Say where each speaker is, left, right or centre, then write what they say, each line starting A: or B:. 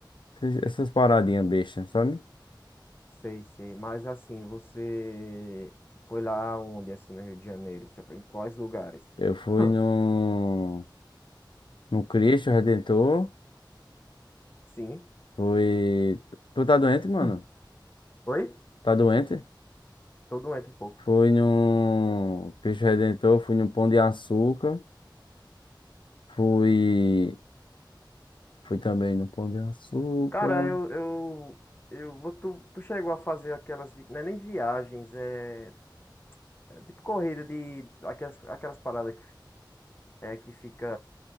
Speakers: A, on the left; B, on the left.
A: Esses- Essas paradinhas bestas, sabe?
B: Sei, sei. Mas assim, você foi lá onde, assim, no Rio de Janeiro? Você foi em quais lugares?
A: Eu fui
B: Hum,
A: no, no Cristo Redentor.
B: Sim.
A: Fui. Tu tá doente, mano?
B: Hum. Oi?
A: Tá doente?
B: Tô doente um pouco.
A: Fui no Cristo Redentor. Fui no Pão de Açúcar. Fui. Fui também no Pão de Açúcar.
B: Cara, eu, eu, eu vou, tu, tu chegou a fazer aquelas, vi- não é nem viagens, é, é tipo corrida de, aquelas, aquelas paradas que, é, que fica